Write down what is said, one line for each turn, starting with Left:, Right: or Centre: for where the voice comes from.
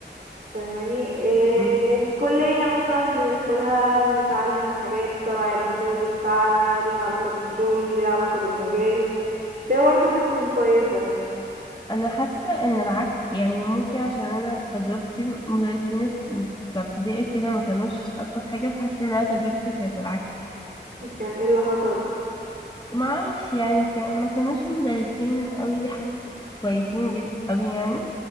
Right: فاهماني إيه
Left: مم.
Right: الكليه مثلا بندخلها بنتعلم حاجات تبع الشغل بتاعنا ليها علاقه بالشغل ليها علاقه بالمجال فهي برضه بتكون كويسه
Left: انا حاسة ان العكس يعني ممكن عشان انا تجربتي مدرسين بتوع ابتدائي كده ما كانوش الطف حاجة فحاسة ان انا تجربتي كانت العكس
Right: كان ايه اللي حصل
Left: معرفش يعني كان ما كانوش المدرسين قوي حاسة كويسين جدا قوي يعني